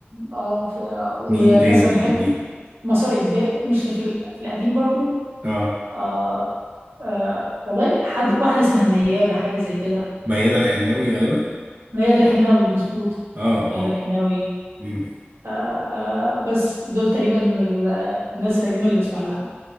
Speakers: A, on the right; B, on the right.
A: اه ف- ومثلا
B: مين تاني في
A: بحب
B: القديم
A: مسار اجباري مش في, ال- في القديم برضو
B: اه
A: آه آه والله حد واحدة اسمها ميادة حاجة زي كده
B: ميادة الحناوي غالبا
A: ميادة الحناوي مظبوط
B: اه
A: ميادة
B: اه
A: الحناوي
B: مم.
A: آه آه بس دول تقريبا ال- الناس القديمة اللي بسمع لها